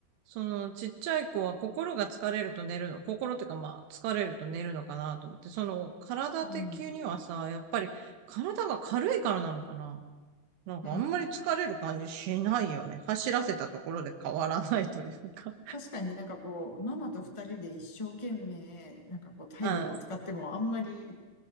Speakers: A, on the right; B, on the left.
A: そのちっちゃい子は心が疲れると寝るの。心っていうかまあ疲れると寝るのかなと思って。その体的にはさ、
B: うん。
A: やっぱり体が軽いからなのかな。なんかあんまり疲れる感じしないよね。
B: うん。
A: 走らせたところで変わらないというか。
B: 確かになんかこう、ママと二人で一生懸命、なんかこう体力を使ってもあんまり
A: うん。